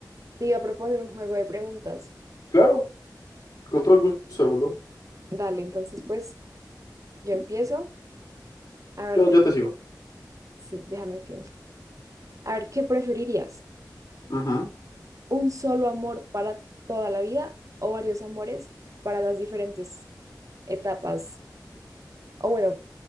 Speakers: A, on the right; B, on the left.
A: te iba a proponer un juego de preguntas.
B: claro, con todo el gusto del mundo.
A: Dale, entonces pues. Yo empiezo. A ver,
B: Yo,
A: deja-
B: yo te sigo.
A: sí, déjame pienso. A ver, ¿qué preferirías?
B: Ujú.
A: ¿Un solo amor para toda la vida o varios amores para las diferentes etapas? O bueno,